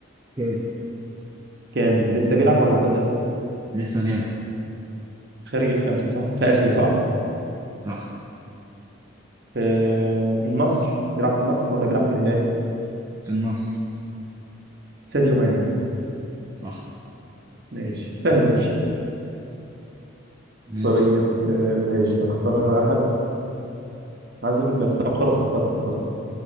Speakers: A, on the right; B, on the right.
A: اوكي
B: كان لسه بيلعب ولا اعتزل
A: لسه بيلعب
B: خارج الخمسة صح في آسيا صح
A: صح
B: في النصر بيلعب في النصر ولا بيلعب في الهلال
A: في النصر
B: ساديو ماني
A: صح
B: ماشي سهلة دي <laughs>
A: ماشي
B: طيب آه، ماشي اختار انا بقى حد عايز اجيب لك طب خلاص اخترت اخترت